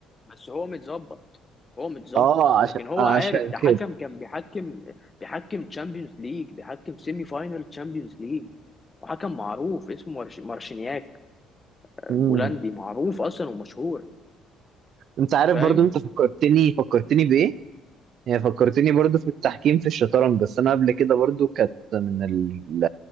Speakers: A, on the left; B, on the right.
A: بس هو متظبط هو متظبط
B: اه عشان
A: لكن هو
B: عشان
A: عارف ده حكم
B: كده
A: كان بيحكم بيحكم تشامبيونز ليج بيحكم سيمي فاينل تشامبيونز ليج وحكم معروف اسمه مارش- مارشينياك
B: امم
A: بولندي معروف اصلا ومشهور
B: انت عارف
A: فاهم
B: برضو انت فكرتني فكرتني بايه هي فكرتني برضو في التحكيم في الشطرنج بس انا قبل كده برضو كانت من ال-